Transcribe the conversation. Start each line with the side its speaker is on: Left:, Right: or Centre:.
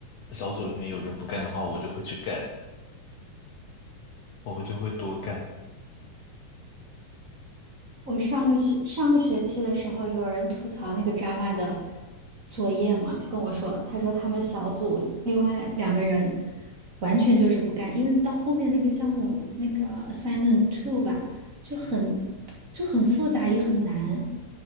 Left: 小组里面有人不干的话，我就会去干，我会就会多干。
Right: 我上个学上个学期的时候，有人吐槽那个 Java 的作业嘛，他跟我说，他说他们小组另外两个人完全就是不干，因为到后面那个项目那个 assignment two 吧，就很就很复杂也很难。